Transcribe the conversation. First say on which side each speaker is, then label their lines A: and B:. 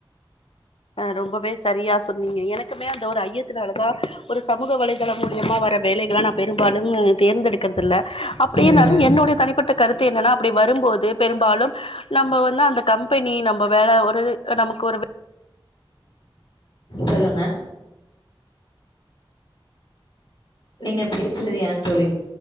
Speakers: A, on the left; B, on the left.
A: அ ரொம்பவே சரியா சொன்னீங்க எனக்கு மே அந்த ஒரு ஐயத்தினால தான் ஒரு சமூக வலைதளம் மூலியமா வர வேலைகள நான் பெரும்பாலும் தேர்ந்தெடுக்கரதில்ல அப்படியனாலும்
B: ம்
A: என்னுடைய தனிப்பட்ட கருத்து என்னன்னா அப்படி வரும்போது பெரும்பாலும் நம்ம வந்து அந்த கம்பெனி நம்ம வேல ஒரு நமக்கு ஒரு
B: சொல்லுங்க நீங்க பேசுறது ஏன் தோழி